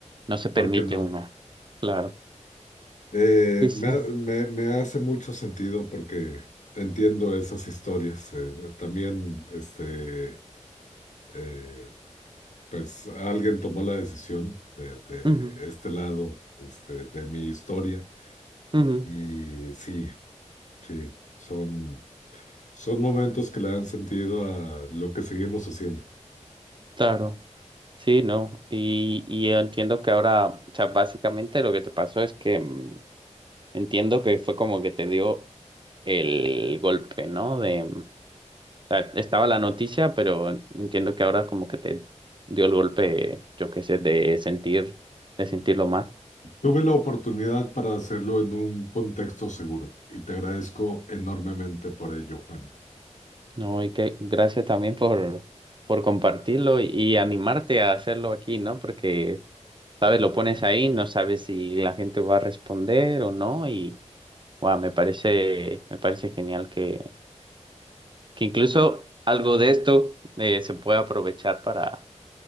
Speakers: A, on the right; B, on the left.
A: No se permite
B: ¿por qué no?
A: uno. Claro.
B: Eh,
A: Sí, sí.
B: me, ha- me- me hace mucho sentido porque entiendo esas historias. eh, también, este, eh, pues alguien tomó la decisión de, de
A: Ujú,
B: este lado, este, de mi historia.
A: ujú,
B: Y sí, sí, son, son momentos que le dan sentido a lo que seguimos haciendo.
A: Claro. Sí, no. Y, y entiendo que ahora, o sea, básicamente lo que te pasó es que... mm, Entiendo que fue como que te dio el golpe, ¿no? De, o sea, estaba la noticia, pero entiendo que ahora como que te dio el golpe, yo qué sé, de sentir, de sentirlo más,
B: Tuve la oportunidad para hacerlo en un contexto seguro y te agradezco enormemente por ello, Juan.
A: ¿no? Y que gracias también por, por compartirlo y, y animarte a hacerlo aquí, ¿no? Porque, sabes, lo pones ahí, no sabes si la gente va a responder o no, y, wow, me parece, me parece genial que, que incluso algo de esto eh, se puede aprovechar para